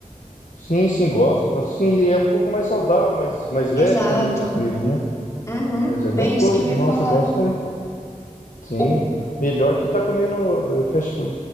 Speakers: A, on the left (about 70°); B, on the left (about 20°).
A: Sim, sim, gosto, gosto. Sim, e é um pouco mais saudável, mais, mais leve
B: Exato.
A: também essas comidas, né?
B: Uhum,
A: Mas é
B: bem
A: gostoso.
B: isso que eu ia
A: Nossa,
B: falar.
A: eu gosto também. Sim,
B: O,
A: bo- melhor que tá comendo eh, fast food.